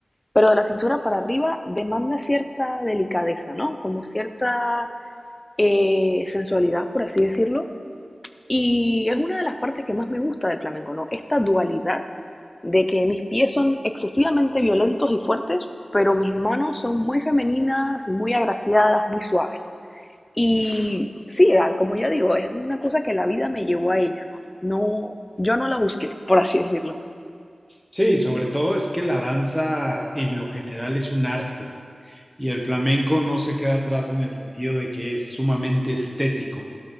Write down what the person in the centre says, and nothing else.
Sí, sobre todo es que la danza en lo general es un arte y el flamenco no se queda atrás en el sentido de que es sumamente estético.